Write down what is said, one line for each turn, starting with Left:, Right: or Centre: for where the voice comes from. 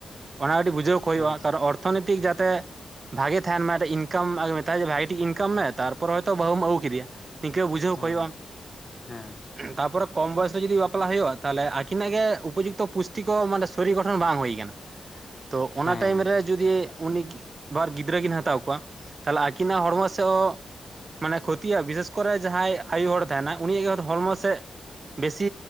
Right: ᱚᱱᱟ ᱟᱹᱰᱤ ᱵᱩᱡᱷᱟᱹᱣ ᱠᱚ
Left: ᱦᱮᱸ
Right: ᱦᱩᱭᱩᱜᱼᱟ ᱠᱟᱨᱚᱱ ᱚᱨᱛᱷᱚᱱᱤᱛᱤᱠ ᱡᱟᱛᱮ ᱵᱷᱟᱜᱮ ᱛᱟᱦᱮᱱ ᱢᱟ <inaudible> ᱤᱱᱠᱟᱢ ᱢᱮᱛᱟᱭ ᱡᱮ ᱵᱷᱟᱜᱤ ᱴᱷᱤᱠ ᱤᱱᱠᱟᱢ ᱢᱮ ᱛᱟᱨᱯᱚᱨᱮ ᱦᱚᱭᱛᱳ ᱵᱟᱹᱦᱩᱢ ᱟᱹᱜᱩ ᱠᱮᱫᱮᱭᱟ᱾ ᱱᱤᱱᱠᱟᱹ ᱵᱩᱡᱷᱟᱹᱣ
Left: ᱦᱮᱸ
Right: ᱠᱚ ᱦᱳᱭᱳᱜᱼᱟ᱾
Left: ᱦᱮᱸ
Right: ᱛᱟᱯᱚᱨᱮ ᱠᱚᱢ ᱵᱚᱭᱮᱥ ᱨᱮ ᱡᱩᱫᱤ ᱵᱟᱯᱞᱟ ᱦᱩᱭᱩᱜᱼᱟ, ᱛᱟᱦᱚᱞᱮ ᱟᱹᱠᱤᱱᱟᱜ ᱜᱮ ᱩᱯᱚᱡᱩᱠᱛᱚ ᱯᱩᱥᱴᱤ ᱠᱚ ᱢᱟᱱᱮ ᱥᱚᱨᱤ ᱜᱚᱴᱷᱚᱱ ᱵᱟᱝ ᱦᱩᱭ ᱟᱠᱟᱱᱟ, ᱛᱚ ᱚᱱᱟ
Left: ᱦᱮᱸ
Right: ᱴᱟᱭᱤᱢ ᱨᱮ ᱡᱩᱫᱤ ᱩᱱᱤ ᱵᱟᱨ ᱜᱤᱫᱽᱨᱟᱹ ᱠᱤᱱ ᱦᱟᱛᱟᱣ ᱠᱚᱣᱟ ᱛᱟᱦᱞᱮ ᱟᱹᱠᱤᱱᱟᱜ ᱦᱚᱲᱢᱚ ᱥᱮᱫ ᱦᱚᱸ ᱢᱟᱱᱮ ᱠᱷᱚᱛᱤᱜᱼᱟ ᱵᱤᱥᱮᱥ ᱠᱚᱨᱮ ᱡᱟᱦᱟᱸᱭ ᱟᱭᱩ ᱦᱚᱲ ᱮ ᱛᱟᱦᱮᱱᱟ ᱩᱱᱤᱭᱟᱜ ᱜᱮ ᱦᱚᱲᱢᱚ ᱥᱮᱫ ᱵᱮᱥᱤ